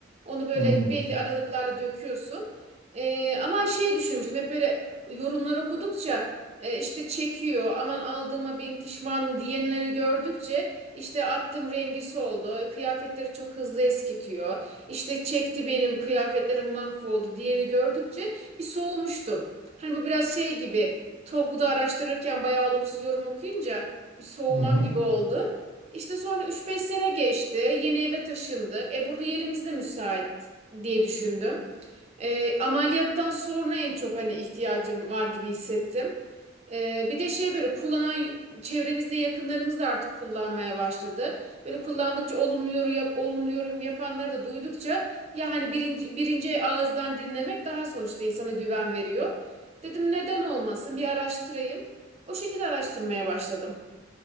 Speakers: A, on the right (about 35°); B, on the right (about 55°).
A: Onu böyle
B: Hı
A: belli aralıklarla döküyorsun. Ee, ama şey düşünmüştüm hep böyle yorumlar okudukça e, işte çekiyor aman aldığıma bin pişman diyenleri gördükçe işte attım rengi soldu. Kıyafetleri çok hızlı eskitiyor. İşte çekti benim kıyafetlerim mahvoldu diyeni gördükçe bir soğumuştum. Hani bu biraz şey gibi Togg'da araştırırken bayağı olumsuz yorum okuyunca bir soğumam
B: hı. hı.
A: gibi oldu. İşte sonra üç beş sene geçti. Yeni eve taşındık. E burada yerimiz de müsait diye düşündüm. E, ameliyattan sonra en çok hani ihtiyacım var gibi hissettim. Ee, bir de şey böyle kullanan çevremizde yakınlarımız da artık kullanmaya başladı. Böyle kullandıkça olumlu yorum, yap, olumlu yorum yapanları da duydukça ya hani birinci, birinci ağızdan dinlemek daha sonuçta insana güven veriyor. Dedim neden olmasın bir araştırayım. O şekilde araştırmaya başladım.